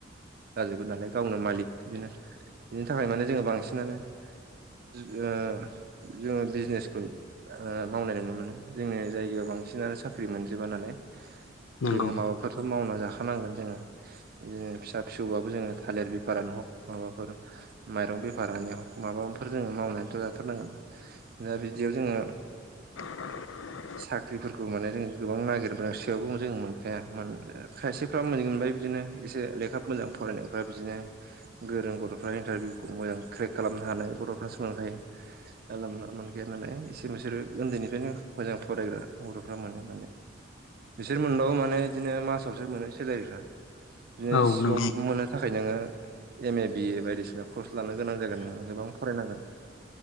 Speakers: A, on the right (about 50°); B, on the left (about 85°).
A: जाजोबो नालाय गावनो मालिक बिनो बिनि थाखाय माने जोङो बांसिनानो जोङो-जोङो बिजिनेसखौ ओ मावनाय नुनो मोनो। जोंनि जायगायाव बांसिनानो साख्रि मोनजोबा नालाय
B: नंगौ
A: जोङो माबाफोरथ' मावना जाखानांगोन जोङो बिदिनो फिसा-फिसौबाबो जोङो थालिर बेफारानो हग माबाफोर माइरं बेफारानि माबाफोर जोङो मावनानै जाथारनांगोन दा बिदियाव जोङो
B: <inaudible> <inaudible>
A: साख्रिफोरखौ माने जों गोबां नागिरबोन सायावबो जों मोनखाया खायसे खालाम मोनबाय बिदिनो एसे लेखा मोजां फरायनायफोरा बिदिनो गोरों गथ'फ्रा इन्टारभिउखौ मोजां क्रेक खालामनो हानाय गथ'फ्रा सोलोंखायो जानला-मोनला मोनखाया नालाय एसे बिसोरो उन्दैनिफ्रायनो मोजां फरायग्रा बर'फ्रा मोनो। बिसोर मोनबावो माने बिदिनो मासावसो मोनो सेलारिफ्रा। बिजनेस
B: औ नंगौ
A: जब मोननो थाखाय नोङो एम ए बिए बायदिसिना कर्स लानो गोनां जागोन नोङो गोबां फरायनांगोन